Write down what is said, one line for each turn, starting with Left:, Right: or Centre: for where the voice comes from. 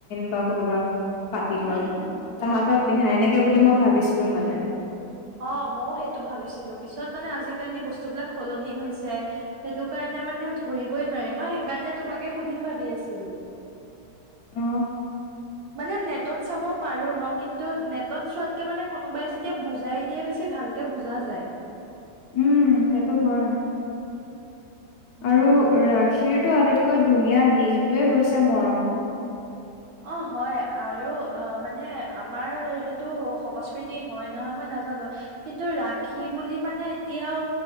Left: বা কোনোবা। পাতি লোৱা
Right: উম উম উম
Left: তাহাঁতক পিন্ধাই এনেকে তাকে বুলি মই ভাবিছিলো মানে।
Right: অ মইওঁ সেইটো ভাবিছিলো পিছত মানে আজিকালি বস্তুবিলাক সলনি হৈছে, সেইটো কাৰণে মানে ধৰিবই নোৱাৰি মই সেইকাৰণে তোমাকে সুধিম ভাবি আছিলোঁ।
Left: অ
Right: মানে নেটত চাব পাৰোঁ নহঁ কিন্তু নেটত চোৱাতকে মানে কোনোবাই যেতিয়া বুজাই দিয়ে বেছি ভালকে বুজা যায়।
Left: উম সেইটো হয়।
Right: উম
Left: আৰু ৰাগ। শীৰটো আটাইতকৈ ধুনীয়া দিশটোৱে হৈছে মৰম।
Right: অ হয় আৰু মানে আমাৰ সেইটো সংস্কৃতি হয় নহয় মই নাজানো কিন্তু ৰাখী বুলি মানে এতিয়াও